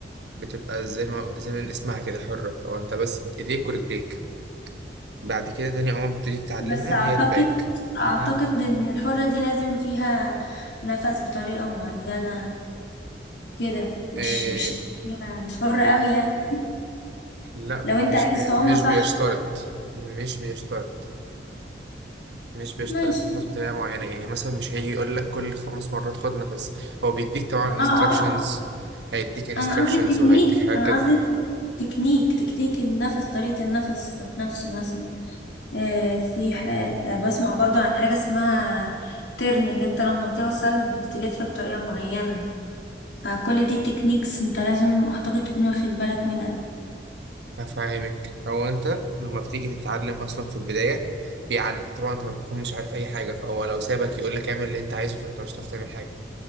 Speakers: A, on the right (about 80°); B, on the left (about 80°).
A: بتبقى زي ما زي ما اسمها كده حرة او انت بس ايديك ورجليك بعد كده تاني عمر بتبتدي تتعلمها
B: بس اعتقد
A: هي الباك
B: اعتقد
A: مم.
B: ان الحرة دي لازم فيها نفس بطريقة معينة كده مش
A: إيه
B: مش مش حرة قوي يعني
A: لا
B: لو
A: مش
B: انت عايز
A: بي
B: تعومها
A: مش
B: صح
A: بيشترط مش بيشترط مش بيشترط
B: ماشي
A: نفس بطريقة معينة يعني مثلا مش هيجي يقول لك كل خمس مرات خد نفس هو بيديك طبعا
B: اه اه
A: instructions
B: اه
A: هيديك
B: انا
A: instructions
B: قصدي التكنيك
A: وهيديك حاجة
B: انا
A: كده
B: قصدي التك- تكنيك تكنيك النفس طريقة النفس نفسه مثلا آه في ح... آه، بسمع برضو عن حاجة اسمها ترن اللي انت لما توصل تلف بطريقة معينة فكل دي تكنيكس انت لازم اعتقد تكون واخد بالك منها
A: هفهمك هو انت لما بتيجي تتعلم اصلا في البداية بيعد طبعا انت ما بتكون مش عارف اي حاجة فهو لو سابك يقول لك اعمل اللي انت عايزه فانت مش هتعرف تعمل حاجة